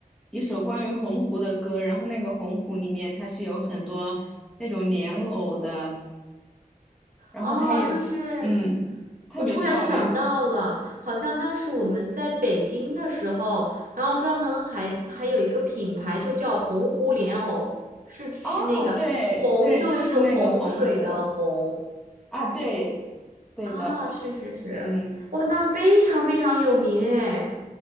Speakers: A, in the centre; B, on the right.
A: 一首关于鸿湖的歌，然后那个鸿湖里面它是有很多那种莲藕的，然后它也嗯特别漂亮
B: 哦，就是我突然想到了，好像当时我们在北京的时候，然后专门还还有一个品牌就叫洪湖莲藕，是是那个洪就是洪水的洪。
A: 啊，对对，就是那个鸿湖啊，对对的，
B: 啊，是是是，
A: 嗯。
B: 哇，那非常非常有名哎。